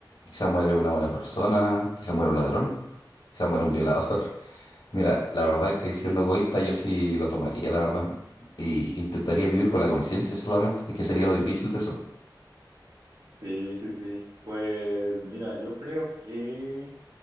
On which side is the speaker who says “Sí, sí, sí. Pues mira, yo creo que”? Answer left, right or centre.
Right